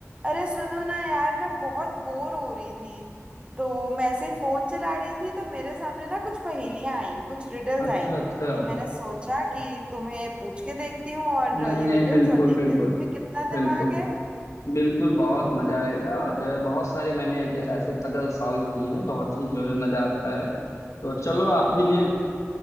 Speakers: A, on the right (about 20°); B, on the left (about 75°).
A: अरे सुनो ना यार मैं बहुत बोर हो रही थी तो मैं ऐसे ही फोन चला रही थी तो मेरे सामने ना कुछ पहेलियां आईं कुछ रिडल्स
B: अच्छा
A: आईं
B: अच्छा
A: तो मैंने सोचा कि तुम्हें पूछ के देखती हूँ और
B: नहीं
A: ये
B: नहीं
A: रिडल्स
B: बिल्कुल
A: और देखती
B: बिल्कुल
A: हूँ तो तुम्हें कितना
B: बिल्कुल
A: दिमाग है
B: बिल्कुल बहुत मजा आएगा और जो है बहुत सारे मैंने ऐसे ऐसे पजल सॉल्व किए हैं बहुत ही जो है मजा आता है तो चलो आप ही ने